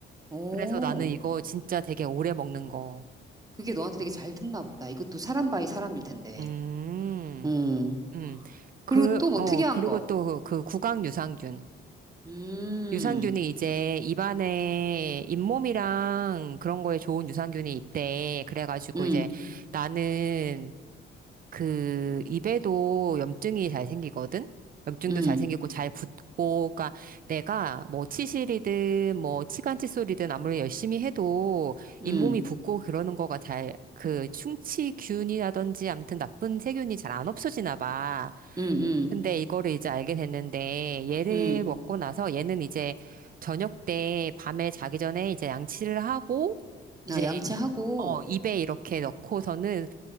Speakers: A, on the right; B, on the right.
A: 오,
B: 그래서 나는 이거 진짜 되게 오래 먹는 거.
A: 그게 너한테 되게 잘 듣나 보다. 이것도 사람 바이 사람일 텐데.
B: 음,
A: 응
B: 음. 그,
A: 그리고 또 뭐
B: 어,
A: 특이한
B: 그리고
A: 거.
B: 또 그 구강 유산균.
A: 음,
B: 유산균이 이제 입안에 잇몸이랑 그런 거에 좋은 유산균이 있대. 그래가지고
A: 음,
B: 이제 나는 그 입에도 염증이 잘 생기거든? 염증도
A: 음,
B: 잘 생기고 잘 붓고, 그러니까 내가 뭐 치실이든 뭐 치간 칫솔이든 아무리 열심히 해도 잇몸이
A: 음,
B: 붓고 그러는 거가 잘 그 충치균이라든지 아무튼 나쁜 세균이 잘 안 없어지나 봐.
A: 음, 음,
B: 근데 이거를 이제 알게 됐는데 얘를
A: 음,
B: 먹고 나서 얘는 이제 저녁 때 밤에 자기 전에 이제 양치를 하고
A: 나
B: 이제
A: 양치하고,
B: 어 입에 이렇게 넣고서는